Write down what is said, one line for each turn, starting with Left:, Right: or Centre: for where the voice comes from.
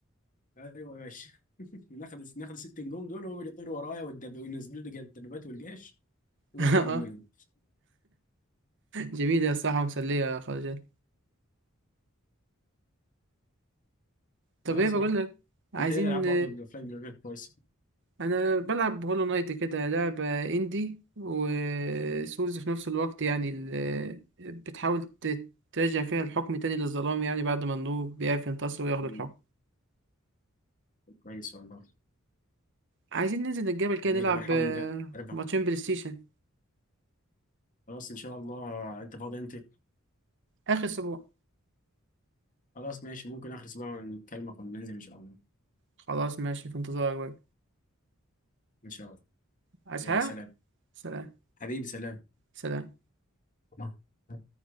Left: ايوه يا باشا <laughs> ناخد ناخد الست نجوم دول وهو اللي يطير ورايا والدب... وينزلوا لي الدبابات والجيش ويقعد
Right: <laughs> اه
Left: نهرب منهم
Right: جميلة يا الصراحة مسلية خالص جد. طب
Left: اه
Right: ايه
Left: صراحه
Right: بقول لك عايزين
Left: انت ايه الالعاب برضه الافلام اللي غير كويسه
Right: انا بلعب هولو نايت كده لعبة اندي وسولز في نفس الوقت يعني ال- بتحاول ت- ترجع فيها الحكم تاني للظلام يعني بعد ما النور بيعرف ينتصر وياخد
Left: مم،
Right: الحكم
Left: كويس والله
Right: عايزين ننزل الجبل كده
Left: جميله
Right: نلعب
Left: بنحاول
Right: آه،
Left: نجربها
Right: ماتشين بلاي ستيشن
Left: خلاص ان شاء الله انت فاضي انت
Right: اخر اسبوع
Left: خلاص ماشي ممكن اخر اسبوع نكلمك وننزل ان شاء الله
Right: خلاص ماشي في انتظارك بقى
Left: ان شاء الله
Right: عايز
Left: يلا
Right: حاجة
Left: سلام
Right: سلام
Left: حبيبي سلام
Right: سلام
Left: <laughs>